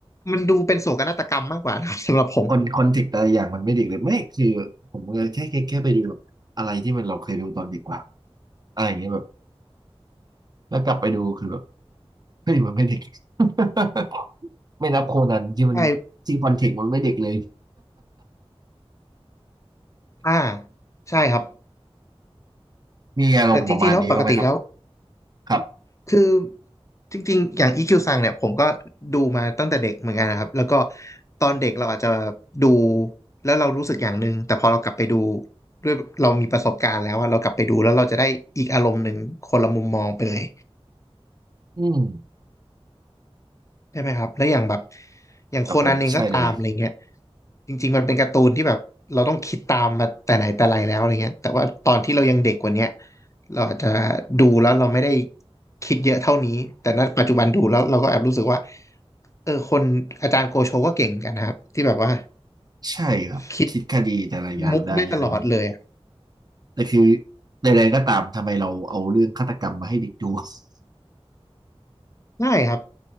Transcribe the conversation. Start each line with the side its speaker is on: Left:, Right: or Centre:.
Left: มันดูเป็นโศกนาฏกรรมมากกว่านะครับสำหรับผม
Right: คนคอนเทกต์อะไรอย่างมันไม่เด็กเลยไม่คือผมก็แค่แค่แค่ไปดูแบบอะไรที่มันเราเคยดูตอนเด็กกว่าอะไรอย่างเงี้ยแบบ แล้วกลับไปดูคือแบบเฮ้ยมันไม่เด็ก <laughs> ไม่นับโคนันที่มันที่คอนเทกต์มันไม่เด็กเลย
Left: ใช่อ่าใช่ครับ
Right: มีอารมณ์ประมาณนี้บ้างไหมครับ
Left: แต่จริงๆแล้วปกติแล้ว
Right: ครับ
Left: คือจริงๆอย่าง EQ ซังเนี่ยผมก็ดูมาตั้งแต่เด็กเหมือนกันนะครับแล้วก็ตอนเด็กเราอาจจะดูแล้วเรารู้สึกอย่างหนึ่งแต่พอเรากลับไปดูด้วยเรามีประสบการณ์แล้วว่าเรากลับไปดูแล้วเราจะได้อีกอารมณ์หนึ่งคนละมุมมองไปเลย
Right: อืม
Left: ได้ไหมครับแล้วอย่างแบบอย่างโคนันเองก็ตามอะไรเงี้ย
Right: ครับผมใช่เลย
Left: จริงๆมันเป็นการ์ตูนที่แบบเราต้องคิดตามมาแต่ไหนแต่ไรแล้วอะไรเงี้ยแต่ว่าตอนที่เรายังเด็กกว่าเนี้ยเราอาจจะดูแล้วเราไม่ได้คิดเยอะเท่านี้แต่ณปัจจุบันดูแล้วเราก็แอบรู้สึกว่า เออคนอาจารย์โกโชก็เก่งเหมือนกันนะครับที่แบบว่า
Right: ใช่ครับคิดคดีแต่ละอย่างได้อะไรอย่างนี้
Left: คิดมุกได้ตลอดเลยอะ
Right: แต่คือใดๆก็ตามทำไมเราเอาเรื่องฆาตกรรมมาให้เด็กดู <laughs>
Left: ใช่ครับ